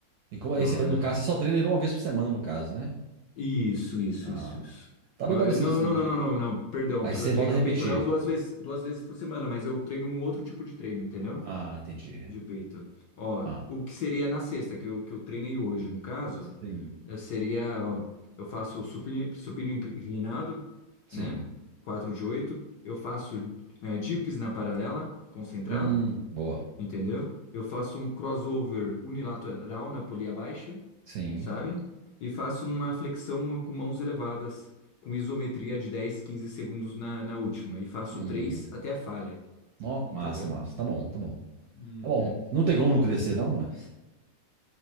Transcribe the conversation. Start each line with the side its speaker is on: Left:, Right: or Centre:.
Right: E como
Left: Da
Right: aí,
Left: hora.
Right: você, no caso, você só treina ele uma vez por semana, no caso, né?
Left: Isso, isso,
Right: Ah,
Left: isso, isso.
Right: tá
Left: Ma-
Right: bem parecido
Left: eh, Não,
Right: assim.
Left: não, não, não, não, não, não. Perdão,
Right: Aí
Left: tre-
Right: você
Left: treino
Right: volta a repetir.
Left: peitoral duas vezes, duas vezes por semana, mas eu treino um outro tipo de treino, entendeu?
Right: Ah, entendi.
Left: De peito. Ó,
Right: Ah,
Left: o que seria na sexta, que eu, que eu treinei hoje, no caso.
Right: sim,
Left: Eh, Seria, ó, eu faço supino, supino inclinado,
Right: sim.
Left: né? quatro de oito Eu faço eh, dips na paralela, concentrado,
Right: Hum, boa.
Left: entendeu? Eu faço um crossover unilateral na polia baixa,
Right: Sim.
Left: sabe? E faço uma flexão com mãos elevadas, com isometria de 10 15 segundos na, na última. E faço
Right: Hum.
Left: 3 até a falha,
Right: Ó,
Left: entendeu?
Right: massa, massa. Tá bom, tá bom.
Left: Uhum.
Right: Tá bom. Não tem como não crescer, não, ué.